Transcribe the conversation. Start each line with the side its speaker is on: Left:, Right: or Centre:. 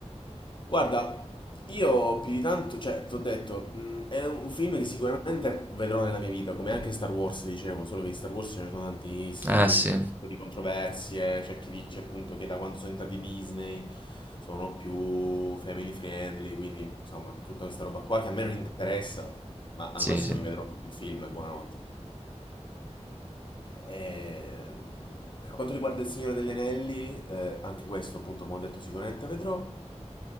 Left: Guarda, io più di tanto, cioè, ti ho detto, mh, è un film che sicuramente vedrò nella mia vita, come anche Star Wars, dicevo, solo che di Star Wars ce ne sono tantissimi,
Right: Ah
Left: poi
Right: sì,
Left: ci sono un sacco di controversie, c'è chi dice appunto che da quando sono entrati Disney sono più family friendly, quindi insomma, tutta questa roba qua che a me non interessa, ma al
Right: sì,
Left: massimo
Right: sì.
Left: mi vedrò tutto il film e buonanotte. E, per quanto riguarda Il Signore degli Anelli, eh, anche questo appunto come ho detto sicuramente vedrò,